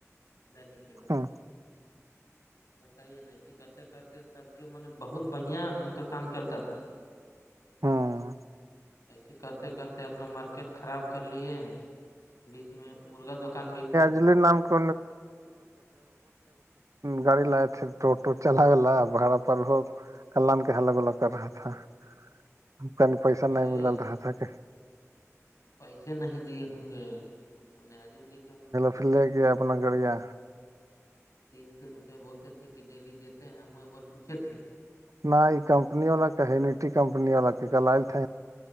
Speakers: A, on the left; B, on the right.
A: ڈائنگ
B: ہوں
A: بتائیے نسی کرتے کرتے سب کے م بہت بڑھیا ان کا کام چلتا تھا
B: ہوں
A: ایسی کرتے کرتے اپنا مارکیٹ خراب کر لیے بیچ میں مرغا دکان بھی
B: ج نام پ گاڑی لگ تھ ٹوٹو چلاے ل باڑا پر وہ کلن کے الگ الگ کر رہا تھا ا ک پیسہ
A: ارے
B: نہیں مل رہا تھا کہ
A: پیسے نہیں دیے ہوں گے بول نجل جی کے ہوں گے
B: پھر لے کےیا اپنا گڑیا
A: تین سو روپیہ بولتے تھے کہ ڈیلی دیتے ہیں ہم ایک بار پوچھے تھے
B: ن یہ کمپنی والا کہ مٹی کمپنی والا کی گل تھ